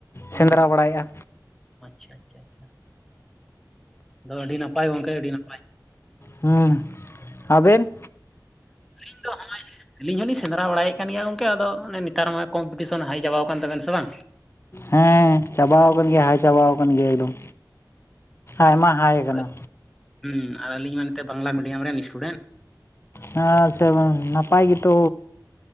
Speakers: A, in the centre; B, on the left (about 35°).
A: ᱦᱩᱸ,
B: ᱥᱮᱸᱫᱽᱨᱟ ᱵᱟᱲᱟ ᱭᱮᱜ-ᱟ
A: ᱟᱪᱪᱷᱟ ᱟᱪᱪᱷᱟ ᱟᱪᱷᱟ ᱫᱚ ᱟᱹᱰᱤ ᱱᱟᱯᱟᱭ ᱜᱚᱝᱠᱮ ᱟᱹᱰᱤ ᱱᱟ
B: ᱦᱩᱸ ᱟᱵᱮᱱᱼᱼ
A: <unintelligible> ᱟᱹᱞᱤᱧ ᱦᱚᱞᱤᱧ ᱥᱮᱸᱫᱽᱨᱟ ᱵᱟᱲᱟᱭ ᱮᱫ ᱠᱟᱱ ᱜᱮᱭᱟ ᱜᱚᱝᱠᱮ ᱟᱫᱚ ᱚᱱᱮ ᱱᱮᱛᱟᱨ ᱢᱟ ᱠᱚᱢᱯᱤᱴᱤᱥᱚᱱ ᱦᱟᱭ ᱪᱟᱵᱟᱣ ᱟᱠᱟᱱ ᱛᱟᱵᱮᱱ ᱥᱮ ᱵᱟᱝᱼᱼ
B: ᱦᱮᱸ ᱪᱟᱵᱟᱣ ᱟᱠᱟᱱ ᱜᱮᱭᱟ ᱦᱟᱭ ᱪᱟᱵᱟ ᱟᱠᱟᱱ ᱜᱮᱭᱟ ᱮᱠᱫᱚᱢ ᱟᱭᱢᱟ ᱦᱟᱭ
A: ᱟᱨ
B: ᱠᱟᱱᱟᱼᱼ
A: ᱦᱩᱸ ᱟᱨ ᱟᱞᱤᱧ ᱢᱟ ᱮᱱ ᱛᱮᱫ ᱵᱟᱝᱞᱟ ᱢᱤᱰᱤᱭᱟᱢ ᱨᱮᱱ ᱤᱥᱴᱩᱰᱮᱱᱴ
B: ᱟᱪᱪᱷᱟ <inaudible> ᱱᱟᱯᱟᱭ ᱜᱮᱛᱚᱼᱼ